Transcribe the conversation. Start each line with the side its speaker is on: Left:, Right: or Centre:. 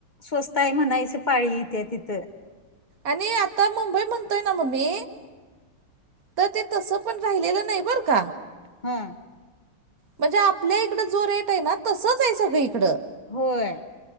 Left: स्वस्त आहे म्हणायचं पाळीथ येत्या तिथं.
Right: आणि आता मुंबई म्हणतोय ना मम्मे तर ते तसं पण राहिलेलं नाही बरं का?
Left: हा.
Right: म्हणजे आपल्या इकडं जो रेट आहे ना तसचं आहे, सगळ इकडं.
Left: होय,